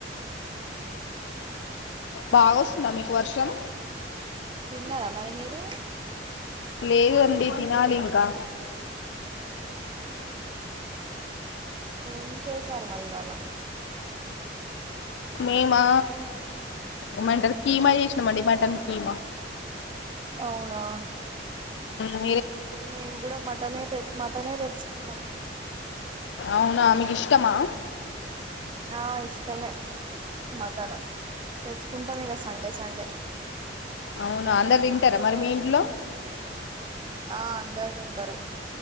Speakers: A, on the left; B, on the right.
A: బాగా వస్తుందా మీకు వర్షం
B: తిన్నరా మారి మీరు
A: లేదండి తినాలి ఇంకా
B: ఏం చేసారు మరిగాన్న
A: మేమా ఏమంటారు కీమా చేసినాం అండి మటన్ కీమా
B: అవునా
A: మ్మ్
B: నేను కూడా మటనే పె మటనే తెచ్చుకున్నం
A: అవునా మీకు ఇష్టమా
B: ఆ ఇష్టమే మటన్ తెచ్చుకుంటాం ఇగ సండే సండే
A: అవును అందరు తింటారా మరి మీ ఇంట్లో
B: ఆ అందరు తింటారు